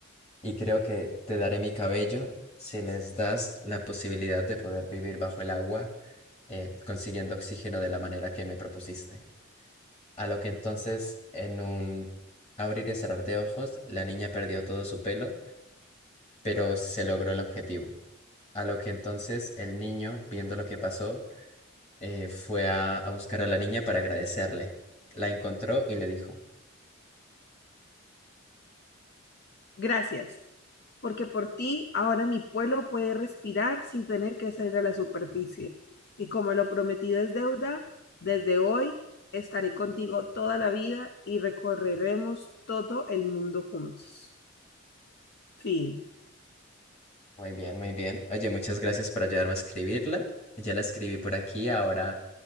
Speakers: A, on the left; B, on the left.
A: y creo que te daré mi cabello si les das la posibilidad de poder vivir bajo el agua, eh, consiguiendo oxígeno de la manera que me propusiste. A lo que entonces, en un abrir y cerrar de ojos, la niña perdió todo su pelo, pero se logró el objetivo. A lo que entonces el niño, viendo lo que pasó, eh, fue a, a buscar a la niña para agradecerle. La encontró y le dijo,
B: Gracias, porque por ti ahora mi pueblo puede respirar sin tener que salir a la superficie. Y como lo prometido es deuda, desde hoy estaré contigo toda la vida y recorreremos todo el mundo juntos. Fin.
A: muy bien, muy bien. Oye, muchas gracias por ayudarme a escribirla. Ya la escribí por aquí, ahora